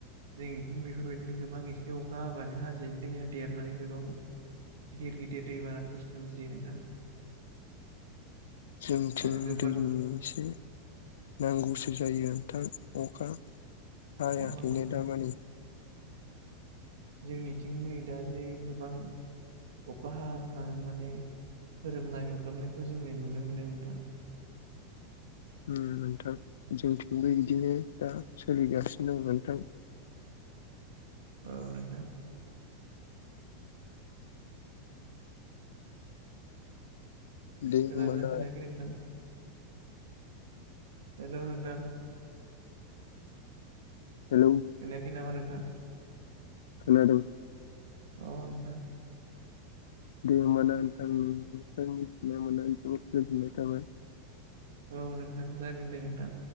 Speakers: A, on the right; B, on the left.
A: जोंथिं बेफोरबायदिनो गोबां एसे अखा हाबानो हाजोनि दैया देरनानै गोबां गिदिर गिदिर दैबानाफोर सोमजियो नोंथां।
B: <inaudible> जोंथिं
A: आरो गोबां
B: दैनि एसे नांगौसो जायो नोंथां अखा हायाखैनो
A: अ नोंथां
B: दामानि।
A: जोंनिथिं नै दा जे गोबां अखा हां हां माने खोरोमनाय मोफ्लामनायखौ जोङो नुनो मोनो नोंथां।
B: उम नोंथां जोंथिंबो बिदिनो दा सोलिगासिनों नोंथां। <inaudible>
A: औ नोंथां।
B: दे
A: खोनादों
B: होमबाना
A: ना खोनायाखै नोंथां? हेल‌ नोंथां।
B: हेलौ
A: खोनायाखै नामा नोंथां?
B: खोनादों
A: अ नोंथां।
B: दे होनबा ना नोंथां मिथिनो मोनना गोजोननाय थाबाय।
A: औ नोंथां जागोन दे नोंथां।